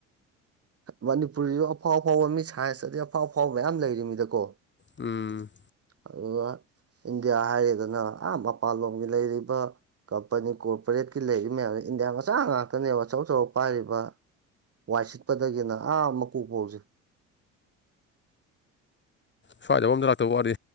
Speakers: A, on the right; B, on the left.
A: ꯃꯅꯤꯄꯨꯔꯤꯗ ꯑꯐꯥꯎ ꯑꯐꯥꯎꯕ ꯃꯤ ꯁꯥꯏꯟꯁꯇꯗꯤ ꯑꯐꯥꯎ ꯑꯐꯥꯎꯕ ꯃꯌꯥꯝ ꯂꯩꯔꯤ ꯃꯤꯗꯀꯣ
B: ꯎꯝ
A: ꯑꯗꯨꯒ ꯏꯟꯗꯤꯌꯥ ꯍꯥꯏꯔꯦꯗꯅ ꯑ ꯃꯄꯥꯟ ꯂꯣꯝꯒꯤ ꯂꯩꯔꯤꯕ ꯀꯝꯄꯅꯤ ꯀꯣꯔꯄꯔꯦꯠꯀꯤ ꯂꯩꯔꯤ ꯃꯌꯥꯝ ꯏꯟꯗꯤꯌꯥ ꯃꯆꯥ ꯉꯥꯛꯇꯅꯦꯕ ꯑꯆꯧ ꯑꯆꯧ ꯄꯥꯏꯔꯤꯕ ꯋꯥꯏ ꯁꯤꯠꯄꯗꯒꯤꯅ ꯑꯥ ꯃꯀꯣꯛ ꯐꯧꯁꯦ
B: ꯁ꯭ꯋꯥꯏꯗ ꯑꯝꯗ ꯂꯥꯛꯇ ꯋꯥꯅꯤ